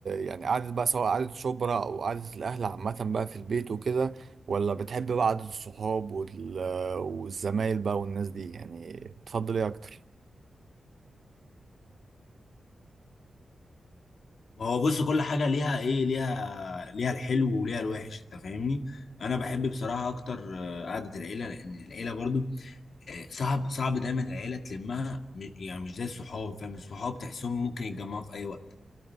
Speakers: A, on the right; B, on the left.
A: يعني قعدة بقى سواء قعدة شبرا أو قعدة الأهل عامة بقى في البيت وكده ولا بتحب بقى قعدة الصحاب وال- والزمايل بقى والناس دي يعني بتفضل إيه أكتر؟
B: ما هو بص كل حاجه ليها ايه ليها ليها الحلو وليها الوحش انت فاهمني انا بحب بصراحه اكتر آه، قعده العيله لان العيله برضو آه، صعب صعب دايما العيله تلمها م- يعني مش زي الصحاب فاهم الصحاب تحسهم ممكن يتجمعوا في اي وقت